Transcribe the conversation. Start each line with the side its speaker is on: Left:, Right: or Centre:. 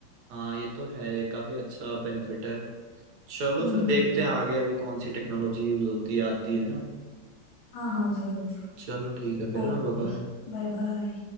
Right: हाँ ये तो है काफी अच्छा बेनिफिट है चलो
Left: हम्म
Right: फिर
Left: हम्म
Right: देखते
Left: हम्म।
Right: हैं आगे अभी कौन सी टेक्नोलॉजी यूज होती है आती है ना
Left: हाँ हाँ जरूर
Right: चलो ठीक है फिर
Left: Okay
Right: ना बाय बाय।
Left: bye bye